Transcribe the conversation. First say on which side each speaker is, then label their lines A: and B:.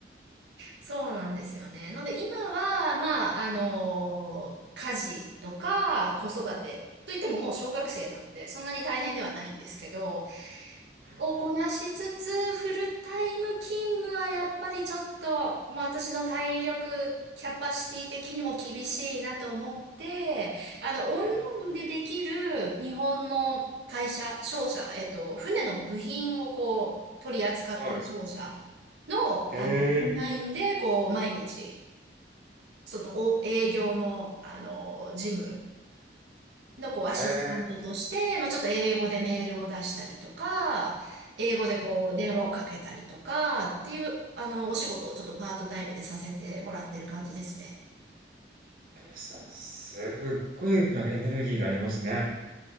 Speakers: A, on the right (about 90°); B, on the right (about 50°).
A: そうなんですよね。ので今は、まあ、あの家事とか子育てといってももう小学生なので、そんなに大変ではないんですけど、
B: うん。
A: をこなしつつ、フルタイム勤務はやっぱりちょっと、もう私の体力、キャパシティ的にも厳しいなと思って、あの、オンラインでできる日本の会社、
B: うーん。
A: 商社、えっと、船の部品をこう、取り扱ってる商社の、
B: はい。へえ。
A: あの、オンラインで、こう、毎日、その、お、営業の、あの、事務のこうアシスタントとして、
B: へえ。
A: まあ、ちょっと英語でメールを出したりとか、英語でこう電話をかけたりとかっていう、
B: うん。
A: あの、お仕事をちょっとパートタイムでさせてもらってる感じですね。
B: あやさん、すっごい、なんかエネルギーがありますね。